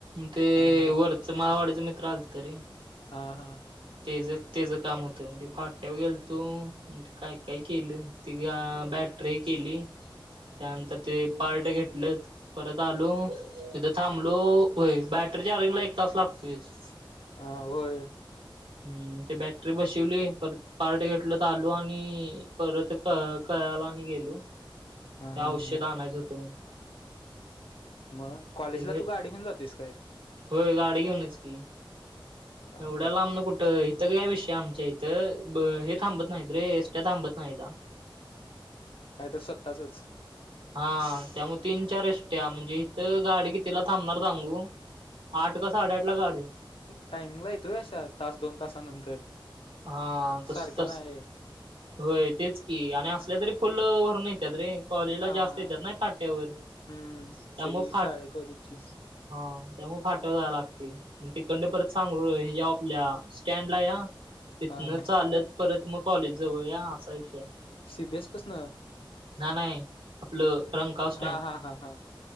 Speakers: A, on the right (about 80°); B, on the left (about 85°).
A: ते
B: हा हा
A: वर च माळवाडीच मित्र आलत रे.
B: हा हा.
A: तेच तेच काम होतं मग ते फाट्यावर गेल तोे मग ती काय काय केलं. ति बॅटरी केली, त्यानंतर ते पार्ट घेतलत परत आलो, तिथ थांबलो होय बॅटरी चार्जिंग ला एक तास लागतोयच.
B: आ होय.
A: हम्म ते बॅटरी बसिवली परत पार्ट घेतलोत आलो आणि परत क कयाला आणि गेलो.
B: हा
A: त्या
B: हा
A: औषध
B: हा
A: आणायच होतं म्हणुन.
B: मग कॉलेजला
A: ते घे
B: तू गाडी घेऊन जातोयस काय?
A: होय गाडी घेऊनच की
B: हा
A: एवढ्या
B: हा
A: लांबण कुठ इथं का विषय आमच्या इथं हे थांबत नाहीत रे एसट्या थांबत नाहीता.
B: काय तर स्वतःचच?
A: हाआ, त्यामुळ तीन चार एष्ट्या म्हणजे इथं गाडी कितीला थांबणार सांगू? आठ का साडेआठ ला गाडी ऐ.
B: टाइमिंगला येतोय अशा, तास दोन तासानंतर.
A: हाआ तस
B: सारख्या
A: तस.
B: नाही आहेत.
A: होय, तेच की. आणि असल्या तरी फुल भरुन येत्यात रे. कॉलेजला
B: हा
A: जास्त
B: हा
A: येत्यात ना फाट्यावर.
B: हम्म
A: त्यामुळ
B: सगळी
A: फाट
B: शाळे कॉलेजची
A: हा त्यामुळे फाट्यावर जायला लागतयं. मग तिकडनं परत सांगरुळ ह्याच्याव आपल्या स्टँडला या. तिथनं
B: हा हा
A: चालत परत मग कॉलेज जवळ या, असा विषय आहे.
B: सीबीएस पासन
A: नाही. आपलं रंगकाव स्टॅण्ड.
B: हा हा हा हा